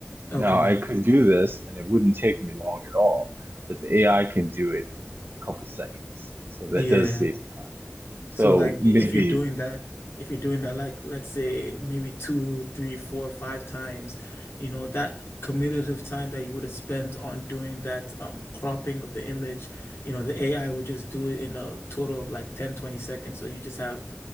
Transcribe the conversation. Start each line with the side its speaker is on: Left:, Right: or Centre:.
Left: Okay.
Right: Now I could do this and it wouldn't take me long at all, but the AI can do it in a couple seconds. So
Left: Yeah.
Right: that does save time. So
Left: So like
Right: maybe,
Left: if you're doing that, if you're doing that like let's say maybe two, three, four, five times, you know, that commutative time that you would have spent on doing that um cropping of the image, you know, the AI would just do it in a total of like 10, 20 seconds. So you just have